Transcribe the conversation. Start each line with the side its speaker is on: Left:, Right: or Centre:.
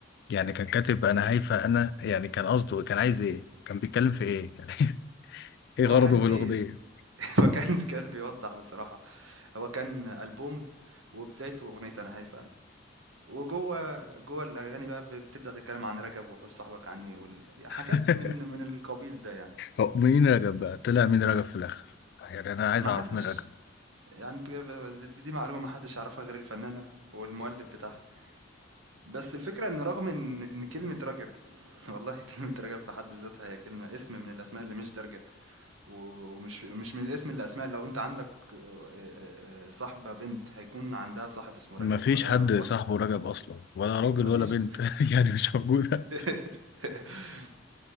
Left: يعني كان كاتب انا هايفه انا يعني كان قصده كان عايز ايه كان بيتكلم في ايه يعني <laughs> ايه
Right: هو
Left: غرضه
Right: كان
Left: في
Right: بي
Left: الاغنيه
Right: <laughs> هو كان كان بيوضح بصراحه هو كان البوم وبدايته اغنيه انا هيفا وجوّه جوّه الأغاني بقى ب بتبدأ تتكلّم عن رجب وحُوش صاحبك عني وال يعني حاجات
Left: <laughs>
Right: من من القبيل ده يعني،
Left: هو مين رجب بقى طلع مين رجب في الاخر يعني انا عايز
Right: ما
Left: اعرف
Right: حدّش
Left: مين رجب
Right: يعني ب ب د دي معلومة ما حدّش يعرفها غير الفنّانة والمؤلِّف بتاعها، بس الفكرة إن رغم إن إن كلمة رجب <laughs> والله كلمة رجب في حد ذاتها هي كلمة اسم من الأسماء اللي مش دارجة و ومش مش من الاسم للأسماء لو أنت عندك <laughs> آآ آآ صاحبة بنت هيكون عندها صاحب اسمه رجب
Left: مفيش
Right: ولا
Left: حد صاحبه
Right: واحد
Left: رجب اصلا ولا راجل
Right: ما
Left: ولا
Right: فيش
Left: بنت <laughs> يعني مش موجوده
Right: <laughs>